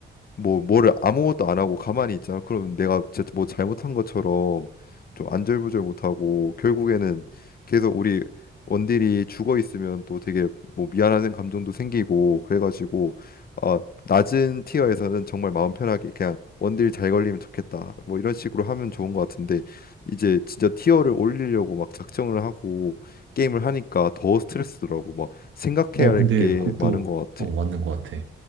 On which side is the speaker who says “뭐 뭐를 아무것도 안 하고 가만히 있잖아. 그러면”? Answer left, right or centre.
Left